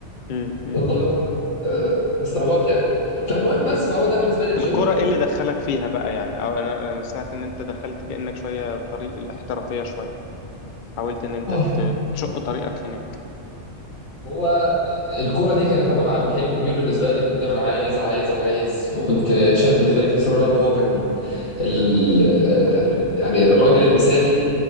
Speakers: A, on the left; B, on the left.
A: امم امم
B: والله آه،
A: امم
B: استعباط يعني فالمهم بس
A: <laughs>
B: فهو ده بالنسبه لي الجيم
A: الكرة ايه اللي دخلك فيها بقى يعني او انا أنا سمعت ان انت دخلت كأنك شوية طريق الاحترافية شوية حاولت ان انت
B: اه
A: ت- تشق طريقك هناك
B: هو آه، الكرة دي كانت عبارة عن حلم كبير بالنسبة لي كنت دايما عايز عايز عايز وكنت شايف بالنسبة لي كريستيانو رونالدو هو كان ال... آه، يعني الراجل المثالي